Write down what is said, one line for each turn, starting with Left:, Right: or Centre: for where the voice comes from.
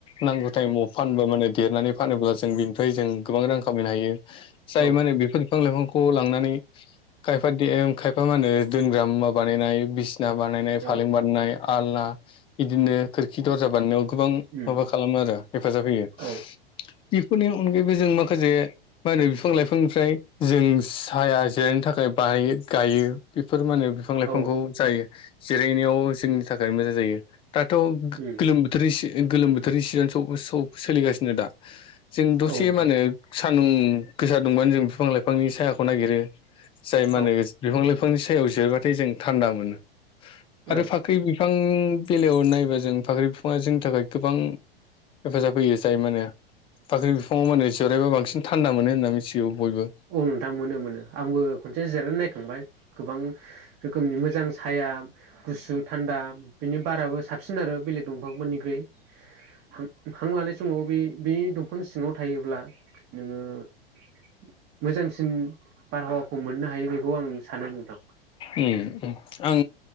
Left: नांगौ टाइमाव फानबो माने देरनानै फानोब्ला जों बेनिफ्राय जों गोबां रां खामायनो हायो। जाय
Right: औ
Left: मानो बिफोर बिफां लाइफांखौ लांनानै खायफा देम खाय फा मा होनो दोनग्रा मुवा बानायनाय बिसिना बानायनाय फालें
Right: ओ
Left: बानायनाय आलना इदिनो खोरखि दरजा बानायनायाव गोबां
Right: उम
Left: माबा खालामो आरो हेफाजाब होयो
Right: औ
Left: बेफोरनि अन अनगायैबो जों माखासे मा होनो बिफां लाइफांनिफ्राय जों साया जिरायनो थाखाय बायो गायो बेफोर मानो
Right: औ
Left: फांखौ जायो जिरायनायाव जोंनि थाखाय मोजां जायो दाथ' गो
Right: उम
Left: गोलोम बोथोरनि इसे ओ गोलोम बोथोरनि सिजोन सौ सौ सोलिगासिनो दा जों दसे
Right: औ नोंथां
Left: मा होनो सानदुं गोसा दुंबानो जों बिफां लाइफांनि सायाखौ नागिरो जाय मा
Right: औ
Left: होनो बिफां लाइफांनि सायाव जिरबाथाय जों थान्दा मोनो
Right: औ
Left: आरो फाख्रि बिफांनि बे बेलायाव नायोबा जों फाख्रि बिफाङा जोंनि थाखाय गोबां हेफाजाब होयो जाय माने फाख्रि बिफाङाव माने जिराइबा बांसिन थान्दा मोनो होनना मिथिगौ। बयबो
Right: औ नोंथां मोनो मोनो आंबो खनसे जिरायनो नायखांबाय गोबां रोखोमनि मोजां साया गुसु थान्दा बेनि बाराबो साबसिन आरो बेलेग दंफांफोरनिख्रुइ हां हां लानाय समाव बे बे दंफां सिङाव थायोब्ला नोङो मोजांसिन बारहावाखौ मोननो हायो बेखौ आं सानो नोंथां
Left: उम उम आं